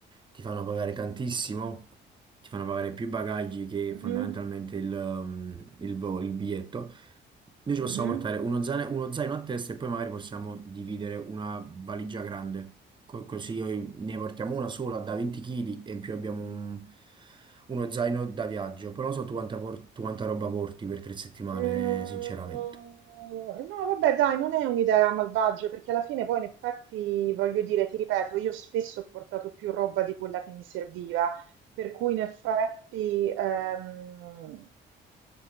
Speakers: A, on the right (about 25°); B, on the right (about 75°).
A: ti fanno pagare tantissimo, ti fanno pagare più bagagli che
B: Mhm,
A: fondamentalmente il, um, il vo- il biglietto, noi ci
B: mhm.
A: possiamo portare uno, zane- uno zaino a testa e poi magari possiamo dividere una valigia grande, Co- così io- ne portiamo una sola da 20 kg e in più abbiamo un- uno zaino da viaggio, però non so tu quanta, por- tu quanta roba porti per tre settimane,
B: Mm,
A: eh, sinceramente.
B: no, vabbè, dai, non è un'idea malvagia, perché alla fine poi in effetti, voglio dire, ti ripeto, io spesso ho portato più roba di quella che mi serviva, per cui in effetti, ehm,